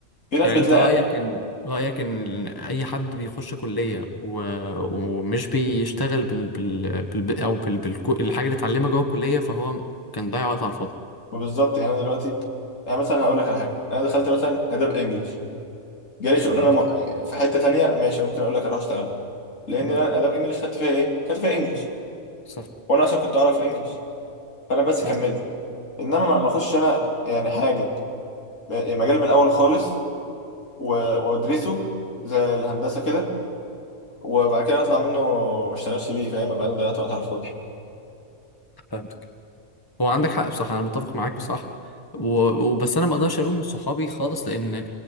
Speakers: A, on the left; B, on the left.
A: في ناس
B: يعني
A: بتلاقي
B: انت رأيك ان رأيك ان اي حد بيخش كلية و... ومش بيشتغل بال... بال... بال... او بال... بال... الحاجة اللي اتعلمها جوه الكلية فهو كان ضيع وقت على الفاضي
A: ما بالظبط يعني انا دلوقتي يعني مثلا هقول لك على حاجه انا دخلت مثلا اداب انجلش جالي شغلانه
B: مم.
A: م- يعني في حته تانية ماشي ممكن اقول لك اروح اشتغل لان
B: مم.
A: انا اداب انجلش خدت فيها ايه خدت فيها انجلش
B: صح
A: وانا اصلا كنت اعرف انجلش فانا بس
B: فهمت
A: كملت انما ما اخش انا يعني حاجه م- يعني مجال من الاول خالص و- وادرسه زي الهندسه كده وبعد كده اطلع منه ما اشتغلش بيه فاهم ابقى انا ضيعت وقت على الفاضي
B: فهمتك هو عندك حق بصراحة أنا متفق معاك بصراحة و... وبس أنا ما أقدرش ألوم صحابي خالص لأن